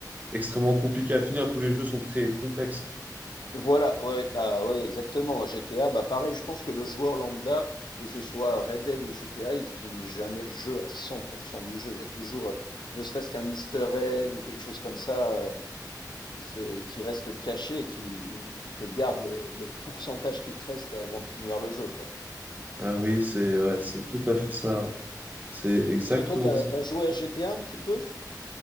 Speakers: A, on the right; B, on the left.
A: extrêmement compliquée à finir. Tous les jeux sont très complexes.
B: Voilà, ouais, bah ouais, exactement. GTA, bah pareil, je pense que le joueur lambda, que ce soit Red Dead ou GTA, il finit jamais le jeu à 100% du jeu. Il y a toujours, euh, ne serait-ce qu'un Easter egg ou quelque chose comme ça. euh, qui, se, qui reste caché et qui, qui te garde le, le pourcentage qui te reste avant de finir le jeu, quoi.
A: Ah oui, c'est ouais, c'est tout à fait ça. C'est exactement
B: Parce que toi, t'as,
A: ça.
B: t'as joué à GTA un petit peu?